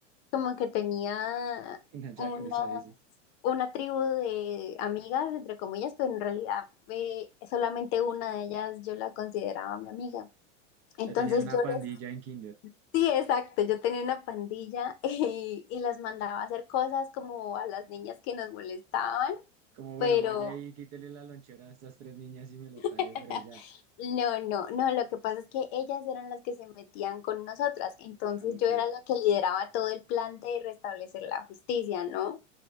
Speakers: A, on the left (about 50°); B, on the right (about 45°).
A: como que tenía
B: una yakuza,
A: una,
B: dices.
A: una tribu de amigas, entre comillas, pero en realidad eh, solamente una de ellas yo la consideraba mi amiga. Entonces
B: Ya tenías una
A: yo les
B: pandilla en kinder.
A: Sí, exacto. Yo tenía una pandilla <laughs> y, y las mandaba a hacer cosas como a las niñas que nos molestaban,
B: Como
A: pero
B: bueno, vaya y quítele la lonchera a estas tres niñas y me lo trae,
A: <laughs>
B: pero ya.
A: no, no, no. Lo que pasa es que ellas eran las que se metían con nosotras. Entonces
B: Ah, Ok.
A: yo era la que lideraba todo el plan de restablecer la justicia, ¿no?